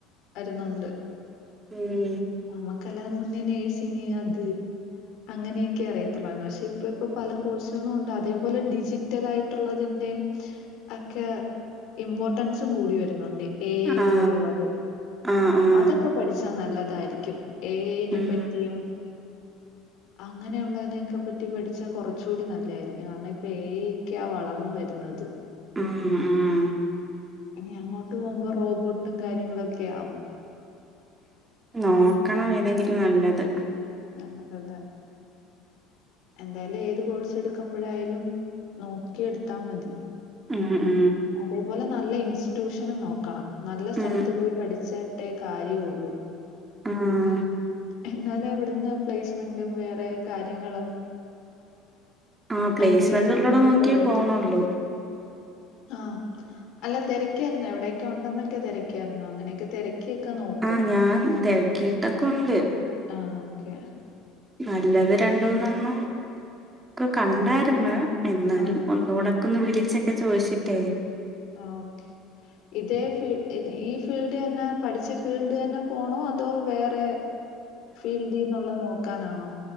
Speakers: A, on the left; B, on the right.
A: അരുന്നുണ്ട്
B: ഉം
A: നമ്മുക്കല്ലാതെ മുന്നേ നഴ്സിങ് അത് അങ്ങനെ ക്കറിയത്തൊള്ളായ്രുന്നു പക്ഷെ കറിയത്തൊള്ളൂ ഇപ്പ പ്പ പല കോഴ്സുകളുണ്ട് അതേപോലെ ഡിജിറ്റലായി ട്ടുള്ളതിന്റെ ആക്കെ ഇമ്പോർട്ടൻസും കൂടി വരുന്നുണ്ട് ഏ യയ്
B: ആഹ്.
A: പോലുള്ളത്
B: ആഹ്, ആഹ്.
A: അതൊക്കെ പഠിച്ചാ നല്ലതായിരിക്കും ഏ യ യിനെ
B: ഉം.
A: പറ്റിയും അങ്ങനെയുള്ളതിനെൊക്കെ പറ്റി ങ്ങനേളളവനൊക്കെ പറ്റിപഠിച്ചാൽ കൊറച്ചൂടി നല്ലായ്രിക്കും കാരണ പ്പോ ഏ ഐയൊക്കാ വളർന്നു വരുന്നത്
B: ഉം ഉം
A: ഞി അങ്ങോട്ട് പോകുമ്പോ റോബോട്ടും കാര്യങ്ങളൊക്കെ ആവും
B: നോക്കണം ഏതെങ്കിലും നല്ലത്
A: <unintelligible> ന്തായാലും ഏത് കോഴ്സെ ടുക്കുമ്പോഴായലും നോക്കി എടുത്താ മതി
B: ഉം ഉം
A: അതേപോലെ നല്ല ഇൻസ്റ്റിറ്റ്യൂഷനും നോക്കണം നല്ല സ്ഥലത്ത്
B: ഉം.
A: പോയി പഠിച്ചിട്ടേ കാര്യഉള്ളൂ
B: ഉം
A: ഉം എന്നാലും അവിടെന്ന് പ്ലേസ്മെന്റും വേറെ കാര്യങ്ങളും..
B: ആഹ് പ്ലേസ്മെന്റ്
A: അങ്ങനെയൊക്കെ
B: ഉള്ളടം
A: കിട്ടത്തൊള്ളുത്
B: നോക്കിയേ പോണൊള്ളൂ.
A: ആഹ് അല്ല തിരക്കായിരുന്നു എവിയെക്കുണ്ടന്ന് തിരക്കായിരുന്നു അങ്ങനെയൊക്കെ തിരക്ക ക്ക്‌യൊക്കെ നോക്കി
B: ആഹ് ഞാൻ തെരക്കിട്ടൊക്ക ഉണ്ട്
A: ആഹ് ഓക്കെ
B: നല്ലത് രണ്ടുന്നോണം ഒക്കെ കണ്ടായിരെന്ന് എന്നാലും
A: ആ.
B: ഒന്നൂടെ മഒന്ന് വിളിച്ചൊക്കെ ചോയ്ച്ചിട്ടെ
A: ആഹ് ഓക്കെ ഇതേ ഫീൽ ഹ് ഈ ഫീൽഡ്ന്നെ പഠിച്ച ഫീൽഡ് തന്നെ പോണോ അതോ വേറെ ഫീൽഡിന്നുള്ളത് നോക്കാനാണോ